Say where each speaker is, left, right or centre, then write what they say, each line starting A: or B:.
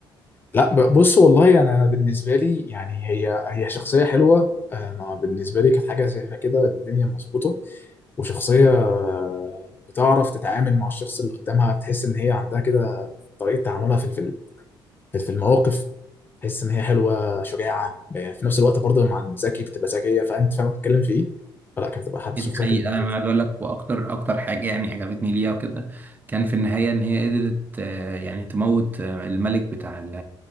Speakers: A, on the left (about 25°); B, on the right (about 20°).
A: لا ب- بص والله يعني انا بالنسبه لي يعني هي هي شخصيه حلوه انا بالنسبه لي كانت حاجه شايفها كده الدنيا مظبوطه وشخصيه آه، بتعرف تتعامل مع الشخص اللي قدامها تحس ان هي عندها كده طريقه تعاملها في في في في المواقف تحس ان هي حلوه شجاعه آه، في نفس الوقت برضه مع ذكي بتبقى ذكيه فاهم انت فاهم بتتكلم في ايه فلا كانت بتبقى حد
B: دي
A: شخصيه
B: حقيقة
A: كده من
B: أنا
A: كده
B: عايز أقول لك وأكتر أكتر حاجة يعني عجبتني ليها وكده كان في النهاية إن هي قدرت آه، يعني تموت آه، الملك بتاع ال-